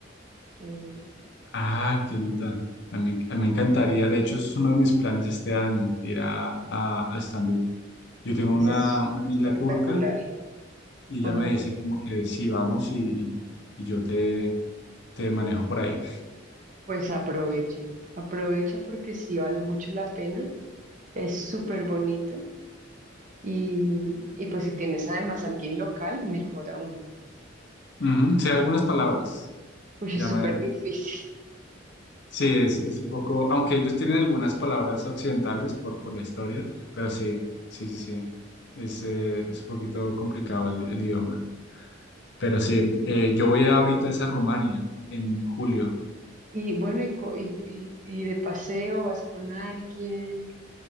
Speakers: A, on the right (about 40°); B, on the left (about 60°).
A: eh,
B: Ah, qué nota. A mí, a mí me encantaría, de hecho, es uno de mis planes este año, ir a, a, a Estambul. Yo tengo
A: es
B: una,
A: es
B: una amiga
A: espectacular.
B: turca y ella
A: Ajá.
B: me dice como que sí, vamos y, y- y yo te, te manejo por ahí.
A: Pues aprovecha, aprovecha porque sí vale mucho la pena, es súper bonito y, y pues si tienes además alguien local, mejor aún,
B: Ujú, Sé algunas palabras.
A: pues
B: Ya
A: es súper
B: me,
A: difícil.
B: Sí, es, es un poco, aunque ellos tienen algunas palabras occidentales por, por la historia, pero sí, sí, sí, sí, es, eh, es un poquito complicado el, el idioma. Pero sí, eh, yo voy ahorita es a Rumania en julio.
A: Y bueno, y, co- y, y, y de paseo vas con alguien.